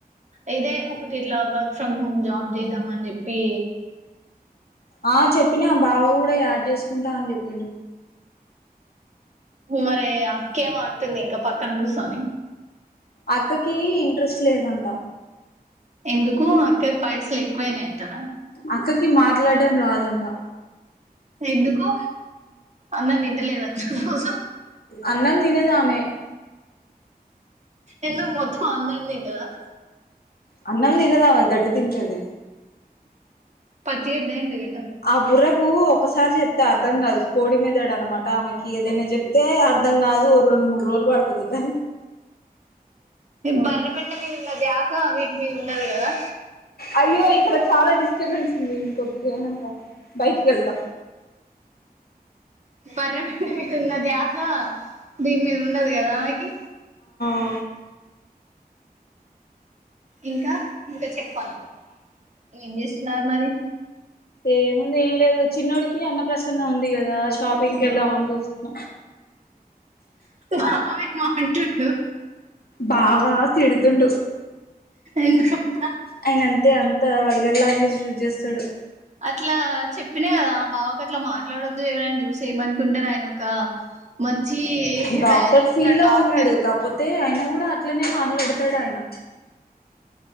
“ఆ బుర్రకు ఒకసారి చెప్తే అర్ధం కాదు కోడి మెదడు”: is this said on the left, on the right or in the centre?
Left